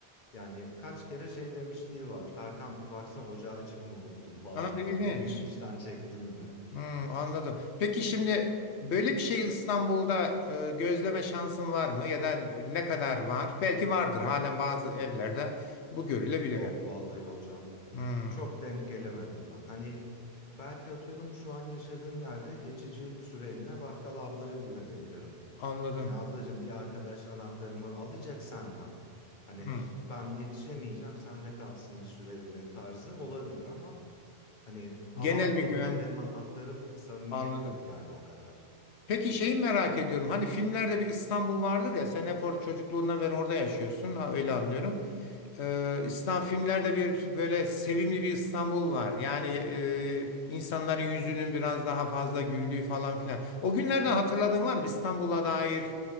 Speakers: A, on the left (about 50°); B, on the left (about 90°).
A: Yani kaç kere şey demişliği var. Erkan bir baksana ocağı açık mı unuttum falan
B: Aa, ilginç.
A: diye. Ütüyü fişten çektim mi?
B: Hmm, anladım. Peki şimdi böyle bir şey İstanbul'da e, gözleme şansın var mı? Ya da ne kadar var? Belki vardır halen bazı evlerde bu görülebilir
A: Yok
B: yani.
A: vallahi hocam.
B: Hmm,
A: Çok denk gelemedim ben. Hani belki atıyorum şu an yaşadığım yerde geçici süreliğine bakkal ablaya güvenebilirim.
B: anladım.
A: Hani ablacığım bir arkadaş anahtarımı alacak senden. Hani
B: Hmm.
A: işte ben yetişemeyeceğim sende kalsın bir süreliğine tarzı olabilir ama hani al
B: Genel
A: abla
B: bir güven
A: bu da benim anahtarım samimiyet
B: anladım.
A: yok yani o kadar.
B: Peki şeyi merak ediyorum. Hani filmlerde bir İstanbul vardır ya. Sen hep orada çocukluğundan beri orada yaşıyorsun. Ha, öyle anlıyorum. Ee, İslam filmlerde bir böyle sevimli bir İstanbul var. Yani e, insanların yüzünün biraz daha fazla güldüğü falan filan. O günlerden hatırladığın var mı? İstanbul'a dair